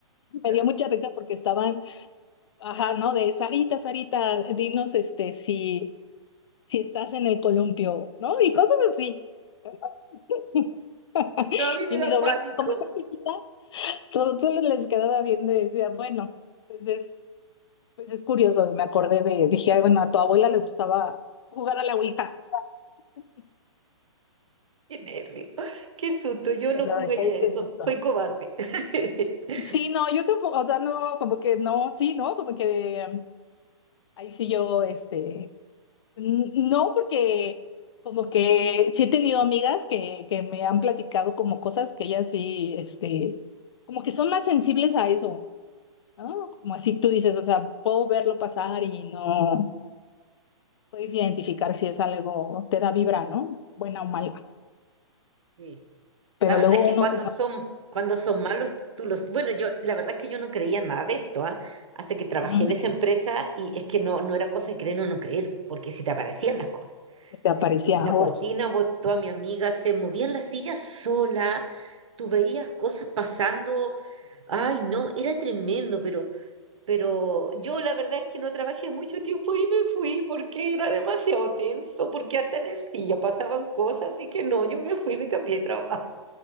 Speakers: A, on the right; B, on the left.
A: ¿Ya?
B: Me dio mucha risa porque estaban, ajá, ¿no? De Sarita, Sarita, dinos este, si, si estás en el columpio, ¿no? Y cosas así. <laughs>
A: No, a mí me
B: Y
A: da
B: mi sobrina,
A: pánico.
B: como está chiquita, solo, solo les quedaba viendo y decía, bueno, pues es. Pues es curioso, me acordé de, dije, "Ay, bueno, a tu abuela le gustaba jugar a la Ouija. <laughs>
A: Qué nervio. Qué susto. Yo
B: O
A: no
B: sea,
A: jugaría
B: de qué,
A: eso.
B: qué susto.
A: Soy cobarde. <laughs>
B: Sí, no, yo tampoco, o sea, no, como que no, sí, no, como que mm, ahí sí yo, este, n- no, porque como que sí he tenido amigas que, que me han platicado como cosas que ellas sí, este, como que son más sensibles a eso, ¿no? Como así tú dices, o sea, puedo verlo pasar y no puedes identificar si es algo, te da vibra, ¿no? Buena o mala.
A: Sí.
B: pero
A: La verdad
B: luego
A: es que
B: uno
A: cuando
B: se da
A: son, cuando son malos, tú los... Bueno, yo, la verdad es que yo no creía nada de esto, ¿ah? Hasta que trabajé
B: cuenta
A: en esa
B: que
A: empresa y es que no, no era cosa de creer o no creer, porque si te aparecían las cosas.
B: te aparecía
A: se- eh, la
B: a vos.
A: cortina, vos, toda mi amiga, se movían las sillas sola, tú veías cosas pasando, ay no, era tremendo, pero, pero yo la verdad es que no trabajé mucho tiempo y me fui porque era demasiado tenso, porque hasta en el día pasaban cosas, así que no, yo me fui, me cambié de trabajo.